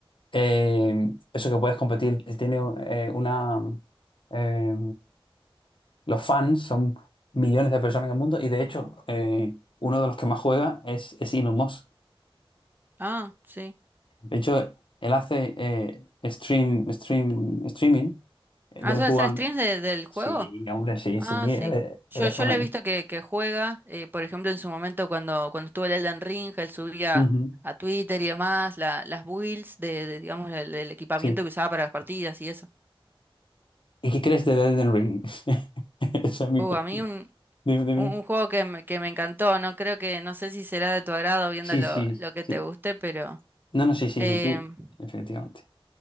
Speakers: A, on the left; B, on the right.
A: Eh, eso que puedes competir, eh, tiene eh, una... eh, los fans son millones de personas en el mundo y de hecho, eh, uno de los que más juega es, es Elon Musk.
B: Ah, sí.
A: De hecho, él hace eh, stream, stream, streaming de
B: Ah,
A: él
B: suele
A: jugando.
B: hacer streams de- del juego.
A: Sí, hombre, sí,
B: Ah,
A: sí. Él,
B: sí.
A: es-
B: Yo,
A: él es
B: yo
A: fan.
B: le he visto que, que juega, eh, por ejemplo, en su momento cuando, cuando estuvo el Elden Ring, él subía
A: Ujú,
B: a Twitter y demás la- las builds de, de, digamos, el, el equipamiento
A: Sí.
B: que usaba para las partidas y eso.
A: ¿Y qué crees de Elden Ring? <laughs> Esa es mi...
B: Uh,
A: ca-
B: a mí un,
A: Dime, dime.
B: un, un juego que me, que me encantó, no creo que, no sé si será de tu agrado viendo
A: Sí,
B: lo,
A: sí,
B: lo que
A: sí.
B: te guste, pero...
A: No, no, sí, sí,
B: em,
A: sí, sí. Efectivamente.